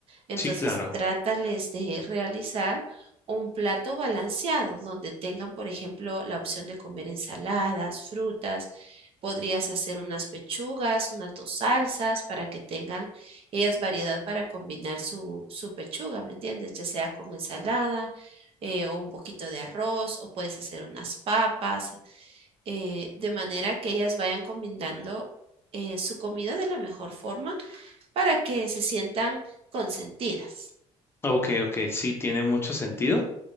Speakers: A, on the right; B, on the left.
A: Entonces,
B: Sí, claro.
A: trátales de realizar un plato balanceado donde tengan, por ejemplo, la opción de comer ensaladas, frutas. Podrías hacer unas pechugas, unas dos salsas para que tengan ellas variedad para combinar su, su pechuga, ¿me entiendes? Ya sea con ensalada eh, o un poquito de arroz o puedes hacer unas papas, eh, de manera que ellas vayan combinando eh, su comida de la mejor forma para que se sientan consentidas.
B: Ok, ok, sí, tiene mucho sentido.